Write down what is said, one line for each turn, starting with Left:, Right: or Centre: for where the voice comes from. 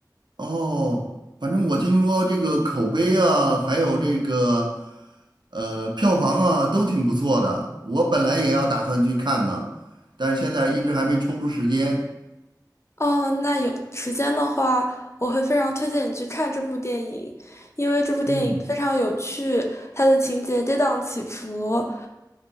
Right: 哦，反正我听说这个口碑啊，还有这个呃票房啊，都挺不错的。我本来也要打算去看的，但是现在一直还没抽出时间。
Left: 哦，那有时间的话，我会非常推荐你去看这部电影，因为这部电影非常有趣，
Right: 嗯
Left: 它的情节跌宕起伏，